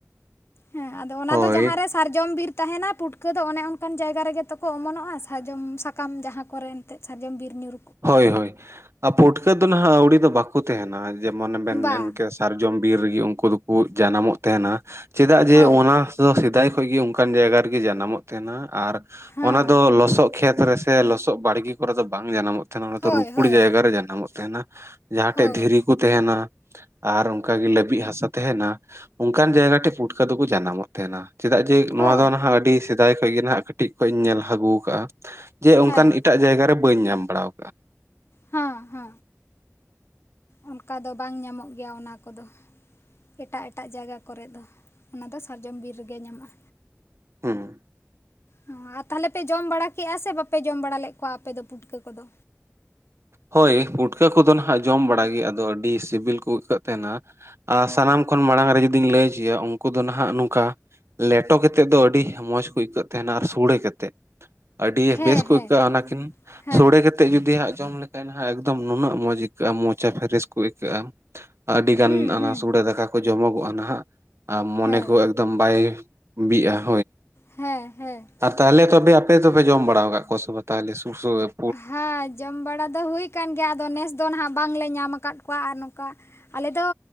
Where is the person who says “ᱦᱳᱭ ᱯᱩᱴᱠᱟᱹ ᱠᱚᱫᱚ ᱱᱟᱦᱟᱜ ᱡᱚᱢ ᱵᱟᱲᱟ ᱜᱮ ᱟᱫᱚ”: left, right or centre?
Right